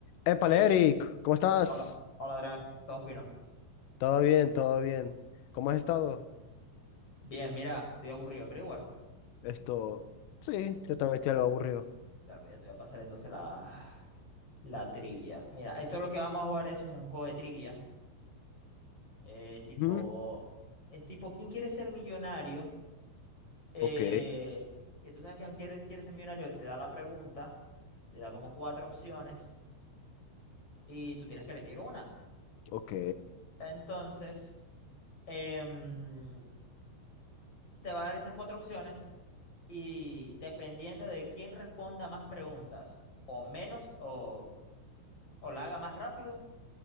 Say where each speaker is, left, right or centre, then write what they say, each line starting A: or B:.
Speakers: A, on the left (about 80°); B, on the left (about 30°).
A: Épale,
B: Hey,
A: Eric, ¿cómo estás?
B: hola, hola Adrián, todo fino.
A: Todo bien, todo bien. ¿Cómo has estado?
B: Bien, mira, estoy aburrido, ¿querés jugar?
A: Esto, sí, yo también estoy algo aburrido.
B: Dale, pues ya te voy a pasar entonces la, la trivia. Mira, esto es lo que vamos a jugar es un juego de trivia. eh, tipo,
A: Ujú,
B: es tipo, ¿quién quiere ser millonario? Eh,
A: Ok,
B: que tú sabes que quiere, quiere ser millonario, te da la pregunta, te da como cuatro opciones y tú tienes que elegir una.
A: ok,
B: Entonces, em, te va a dar esas cuatro opciones y dependiendo de quién responda más preguntas o menos o, o la haga más rápido,